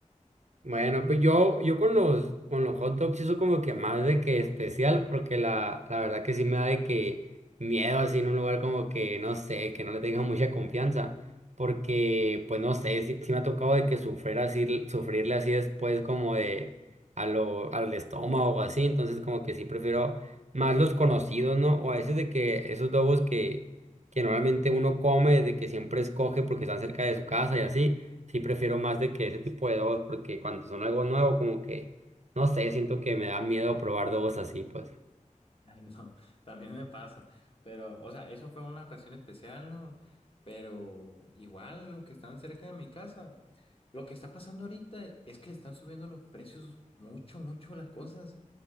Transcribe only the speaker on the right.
Bueno, pues yo, yo con los, con los hot dogs eso como que más de que especial, porque la, la verdad que sí me da de que miedo así en un lugar como que, no sé, que no le tenga mucha confianza, porque pues no sé, sí, sí me ha tocado de que sufrir así, sufrirle así después como de a lo, al estómago o así, entonces como que sí prefiero más los conocidos, ¿no? O a veces de que esos dogos que, que normalmente uno come, de que siempre escoge porque están cerca de su casa y así sí prefiero más de que ese tipo de dogos, porque cuando son algo nuevo, como que, no sé, siento que me da miedo probar dogos así, pues.